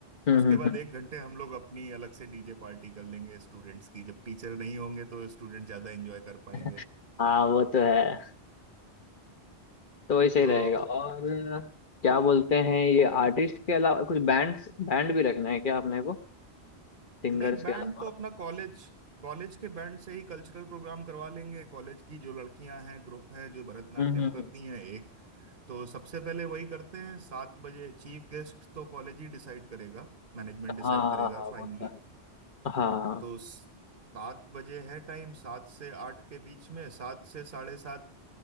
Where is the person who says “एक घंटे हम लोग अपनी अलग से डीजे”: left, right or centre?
Right